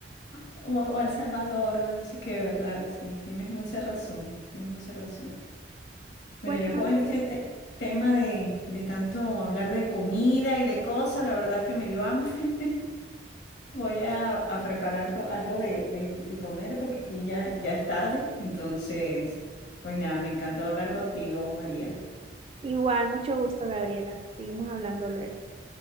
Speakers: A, on the left (about 70°); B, on the right (about 30°).
A: O, o a El Salvador o a no sé qué, ¿verdad? Sí, tienes mucha razón, tienes mucha razón. Bueno,
B: Bueno,
A: yo con este te- tema de, de tanto hablar de comida y de cosas, la verdad es que me dio hambre. <laughs> Voy a, a preparar algo, algo de, de- de comer porque aquí ya, ya es tarde. Entonces, pues nada, me encantó hablar contigo, María.
B: igual, mucho gusto, Gabriela. Seguimos hablando luego.